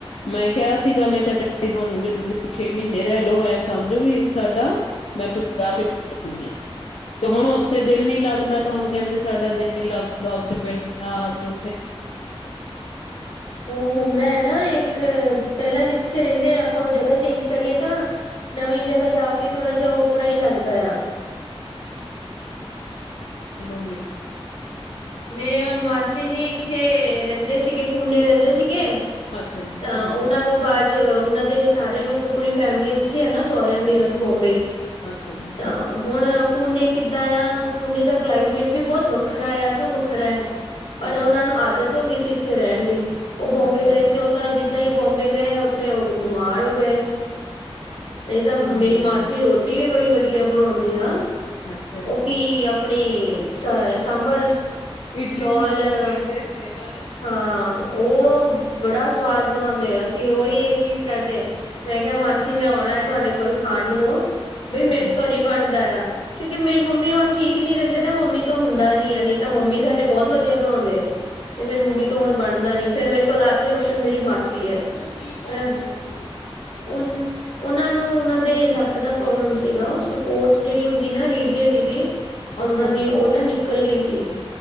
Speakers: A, on the left; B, on the left.
A: ਮੈਂ ਕਿਹਾ ਸੀਗਾ ਮੈਂ ਕਿਹਾ ਤੁਹਾਨੂੰ ਵੀ ਤੁਸੀਂ ਛੇ ਮਹੀਨੇ ਰਹਿ ਲਓ ਐ ਸਮਝੋ ਵੀ ਸਾਡਾ ਮੈਂ ਪੰਜਾਹ <inaudible> ਤੇ ਹੁਣ ਉੱਥੇ ਦਿਲ ਨੀ ਲੱਗਦਾ ਤਾਂ, ਹੁਣ ਕਹਿੰਦੇ ਸਾਡਾ ਦਿਲ ਨ ਲੱਗਦਾ ਉੱਥੇ ਪਿੰਡ ਦਾ ਤੇ ਉੱਥੇ
B: ਉਹ ਹੁੰਦਾ ਹੈ ਨਾ ਇੱਕ, ਪਹਿਲਾਂ ਜਿੱਥੇ ਰਹਿੰਦੇ ਆ ਆਪਾਂ ਉਹ ਜਗ੍ਹਾ ਚੇਂਜ ਕਰੀਏ ਤਾਂ ਨਵੀਂ ਜਗ੍ਹਾ ਜਾ ਕੇ ਥੋੜਾ ਜਿਹਾ ਉਓਪਰਾ ਹੀ ਲੱਗਦਾ ਆ।
A: ਪੁੰਨੇ
B: ਮੇਰੇ ਹੁਣ ਮਾਸੀ ਜੀ ਇੱਥੇ ਰਹਿੰਦੇ ਸੀਗੇ, ਪੂਨੇ ਰਹਿੰਦੇ ਸੀਗੇ
A: ਅੱਛਾ ਜੀ
B: ਤਾਂ,
A: ਹਾਂਜੀ।
B: ਉਹਨਾਂ ਨੂੰ ਬਾਅਦ ਉਹ ਦੇ ਸਾਰੇ ਮਤਲਬ ਪੂਰੀ ਫੈਮਿਲੀ ਉੱਥੇ ਆ ਨਾ ਸਹੁਰਿਆਂ ਦੀ ਉਹਨਾਂ ਦੀ ਬੋਂਬੇ
A: ਅੱਛਾ ਜੀ,
B: ਤਾਂ
A: ਹਾਂਜੀ,
B: ਹੁਣ ਪੂਨੇ ਕਿੱਦਾਂ ਆ ਪੂਨੇ ਦਾ ਕਲਾਈਮੇਟ ਵੀ ਬਹੁਤ ਵੱਖਰਾ ਆ, ਸਭ ਵੱਖਰਾ ਆ, ਪਰ
A: ਹਾਂਜੀ,
B: ਉਹਨਾਂ ਨੂੰ ਆਦਤ ਹੋ ਗਈ ਸੀ ਇੱਥੇ ਰਹਿਣ ਦੀ, ਉਹ ਬੋਂਬੇ
A: ਅੱਛਾ
B: ਗਏ
A: ਜੀ।
B: ਤੇ ਉਹ ਤਾਂ, ਅੱਜ ਜਿਦਾਂ ਹੀ ਬੋਂਬੇ ਗਏ ਉੱਥੇ ਉਹ ਬਿਮਾਰ ਹੋ ਗਏ, ਨਹੀਂ ਤਾਂ ਮੇਰੀ
A: ਹੂੰ।
B: ਮਾਸੀ ਰੋਟ ਟੀ ਵੀ ਬੜੀ ਵਧੀਆ ਬਣਾਉਂਦੇ ਆ
A: ਅੱਛਾ
B: ਉਹ
A: ਜੀ।
B: ਕੀ ਆਪਣੀ ਸਾਂਬਰ,
A: ਇਡਲੀ
B: ਚੌਲ
A: ਸਾਂਬਰ ਖਾਂਦੇ ਇਥੇ ਮਹਾਰਾਸ਼ਟਰ
B: ਹਾਂ
A: ਚ,
B: ਉਹ ਬੜਾ ਸਵਾਦ ਬਣਾਉਂਦੇ ਆ, ਅਸੀਂ ਉਹੀ ਇਹ ਚੀਜ਼ ਕਰਦੇ, ਮੈਂ ਕਿਹਾ ਮਾਸੀ ਮੈਂ ਆਉਣਾ ਹੈ, ਤੁਹਾਡੇ ਕੋਲ ਖਾਣ ਨੂੰ ਉਹ ਬਈ ਮੇਰੇ
A: ਹਾਂ।
B: ਤੋਂ ਨੀ ਬਣਦਾ ਆ, ਕਿਉਂਕਿ ਮੇਰੀ ਮੰਮੀ ਹੁਣ ਠੀਕ ਨੀ ਰਹਿੰਦੇ ਨਾ ਮੰਮੀ ਤੋਂ ਹੁੰਦਾ ਨੀ ਆ ਨਹੀਂ ਤਾਂ, ਮੰਮੀ ਸਾਡੇ ਬਹੁਤ ਵਧੀਆ ਬਣਾੳਦੇਂ ਤੇ, ਮੇਰੀ ਮੰਮੀ ਹੁਣ
A: ਅੱਛਾ
B: ਬਣਦਾ
A: ਤੁਹਾਡੇ
B: ਨੀ, ਫਿਰ ਮੇਰੇ ਕੋਲ ਆਖਰੀ ਓਪਸ਼ਨ ਮੇਰੀ ਮਾਸੀ ਹੈ।
A: ਕਿਉਂ ਕੀ ਪ੍ਰੋਬਲਮ
B: ਹੈਂ
A: ਆ ਗਈ‌।
B: ਉਹ ਉਹਨਾਂ ਨੂੰ ਉਹਨਾਂ ਦੇ ਲੱਕ ਦਾ ਪ੍ਰੋਬਲਮ ਸੀਗਾ, ਉਹ ਸਪੋਰਟ ਜਿਹੜੀ ਹੁੰਦੀ ਨਾ ਰੀੜ ਦੀ ਹੱਡੀ ਦੀ। ਤਾਂ
A: ਅੱਛਾ
B: ਉਹਨਾਂ
A: ਜੀ,
B: ਦੀ ਉਹ ਨਾ ਨਿਕਲ ਗਈ ਸੀ,